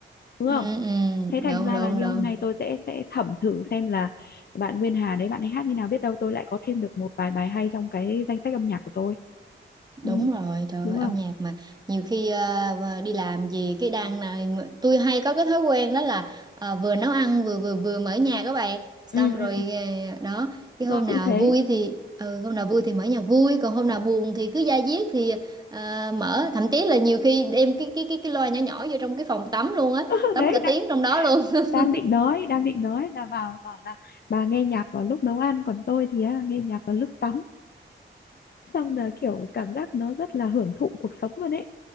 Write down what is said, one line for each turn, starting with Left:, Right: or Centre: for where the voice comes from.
Left: đúng
Right: ừ,
Left: không
Right: ừ,
Left: thế thành
Right: đúng
Left: ra
Right: đúng
Left: là như
Right: đúng
Left: hôm nay tôi sẽ sẽ thẩm thử xem là bạn Nguyên Hà đấy bạn ấy hát như nào biết đâu tôi lại có thêm được một vài bài hay trong cái danh sách âm nhạc của tôi
Right: Đúng
Left: ừ.
Right: rồi, trời
Left: đúng
Right: ơi,
Left: không
Right: âm nhạc mà nhiều khi ờ, ờ, đi làm gì cái đang này tôi hay có cái thói quen đó là ờ, vừa nấu ăn vừa vừa vừa mở nhạc các bạn. Xong
Left: ừ, ừ.
Right: rồi ờ, đó, cái
Left: tôi
Right: hôm
Left: cũng
Right: nào
Left: thế
Right: vui thì ừ, hôm nào vui thì mở nhạc vui, còn hôm
Left: Ừ.
Right: nào buồn thì cứ da diết thì ờ, mở, thậm chí là nhiều khi đem cái cái cái cái loa nhỏ nhỏ vô trong cái phòng tắm luôn á,
Left: <laughs>
Right: tắm
Left: đấy
Right: cả tiếng
Left: đã,
Right: trong đó luôn.
Left: đang
Right: <laughs>
Left: định nói đang định nói là vào bảo là bà nghe nhạc vào lúc nấu ăn còn tôi thì á, nghe nhạc vào lúc tắm xong là kiểu cảm giác nó rất là hưởng thụ cuộc sống luôn ấy